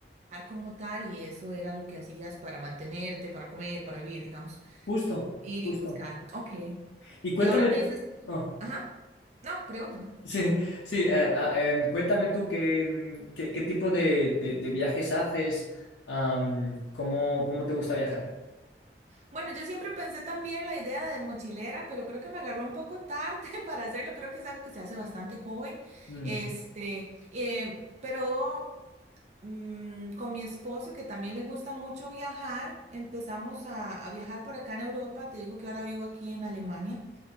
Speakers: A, on the right; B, on the left.
A: como tal y eso era lo que hacías para mantenerte, para comer, para vivir, digamos,
B: justo,
A: ir
B: justo.
A: y buscar. Ok.
B: Y cuéntame,
A: Y ahora me dices que tú-
B: ah,
A: Ajá. No, pregúntame.
B: <laughs> sí, sí, eh, ah, em, cuéntame tú qué, mm, qué, qué tipo de, de- de viajes haces, am, cómo, cómo te gusta viajar.
A: Bueno, yo siempre pensé también la idea de mochilera, pero creo que me agarró un poco tarde <laughs> para hacerlo. Creo que es algo que se hace bastante joven.
B: Mm,
A: Este, eh, pero mm, con mi esposo, que también le gusta mucho viajar, empezamos a, a viajar por acá en Europa. Te digo que ahora vivo aquí en Alemania.